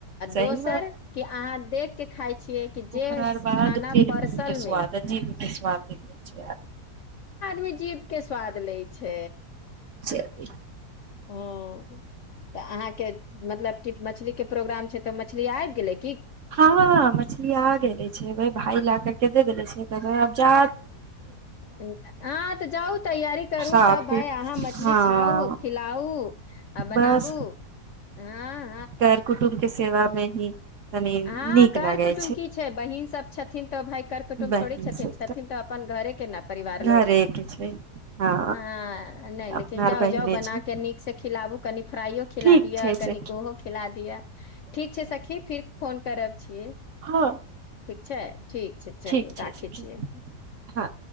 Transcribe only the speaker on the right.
सही
ओकरा
बाद
फिर
मुंह के स्वाद
जी के स्वाद मिलै छै
जे भी
हँ‌ मछली आगेले छै वही भाई लेकर के दे देले छै अब जा
साफ
हँ
बस
कर कुटुम के सेवा नहि ही तनी
नीक
लागै
बहिन
सब
घरे के छै हँ
अपना
आर बहिने
छै
ठीक
छै
सखी
हँ
ठीक छै
सखी
हँ